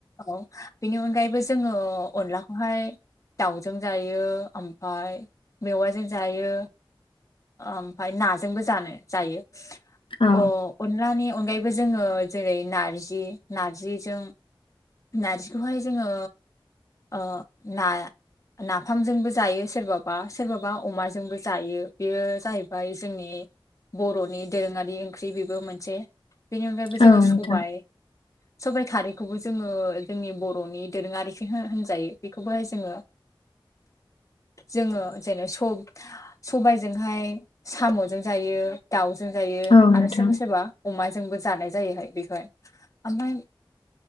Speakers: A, on the left (about 35°); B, on the left (about 75°).
A: औ बेनि अनगायैबो जोङो अनलाखौहाय दाउजों जायो ओमफाय मेवाइजों जायो ओमफाय नाजोंबो जानो जायो ।
B: औ
A: अ अनलानि अनगायैबो जोङो जेरै नारजि नारजिजों नारजिखौहाय जोङो ओ ना नाफामजोंबो जायो सोरबाबा सोरबाबा अमाजोंबो जायो । बेयो जाहैबाय जोंनि बर'नि दोरोङारि ओंख्रि बेबो मोनसे । बेनि अनगायैबो जोङो
B: औ
A: सबाय
B: नोंथां
A: सबाय खारैखौबो जों जोङो जोंनि बर'नि दोरोङारिसो हो होनजायो बेखौबोहाय जोङो
B: <unintelligible>
A: जोङो जेन स-सबायजोंहाय साम'जों जायो दाउ जों जायो
B: औ
A: आरो
B: नोंथां
A: सोरबा सोरबा अमाजोंबो जानाय जायोहाय बेखौहाय । ओमफाय